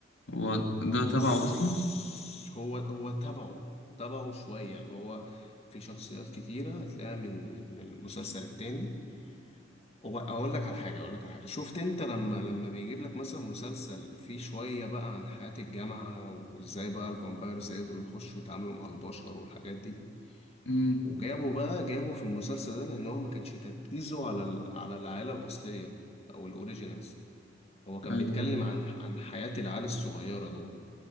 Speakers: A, on the left; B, on the left.
A: هو ده
B: بص
A: تبعه أصلا
B: هو هو تبعه تبعه شوية اللي هو في شخصيات كتيرة هتلاقيها من من من المسلسل التاني هو اقول لك على حاجة اقول لك على حاجة شفت انت لما لما بيجيب لك مثلا مسلسل فيه شوية بقى عن حياة الجامعة وازاي بقى الفامبايرز قدروا يخشوا يتعاملوا مع البشر والحاجات دي
A: امم
B: وجابوا بقى جابوا في المسلسل ده لان هو ما كانش تركيزه على ال... على العائلة الأصلية او الاوريجينالز هو كان
A: أيوه
B: بيتكلم عن عن حياة العيال الصغيرة دول